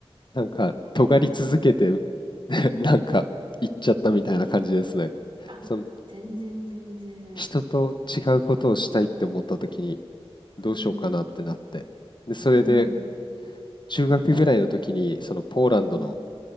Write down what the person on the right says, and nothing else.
えー、
うん。あ、
全然全然。
うん、
うん、
うん、